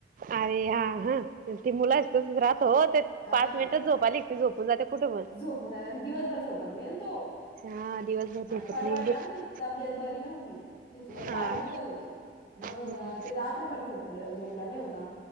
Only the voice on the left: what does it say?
हा
झोपून आणि दिवसभर झोपत नाहीे तो.
आणि
परवा
हाय ना ते तब्येत बरी नव्हती. तिचे लई
पाय दुखत होते. मग
ते रात्रभर झोप-झोपला न्हवता,